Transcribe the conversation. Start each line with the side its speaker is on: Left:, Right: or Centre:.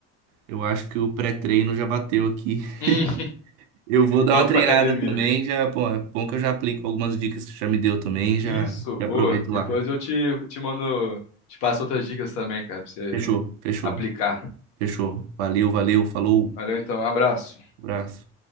Right: eu acho que o pré-treino já bateu aqui.
Left: Hum,
Right: <laughs> Eu vou dar
Left: pronto
Right: uma treinada
Left: pra academia.
Right: também, já, pô, é bom que eu já aplico algumas dicas que você já me deu também, já,
Left: Isso,
Right: já
Left: boa.
Right: aproveito
Left: Depois
Right: lá.
Left: eu te, te mando, te passo outras dicas também, cara, pra você
Right: Fechou, fechou,
Left: aplicar.
Right: fechou. Valeu, valeu, falou.
Left: Valeu, então, um abraço.
Right: abraço.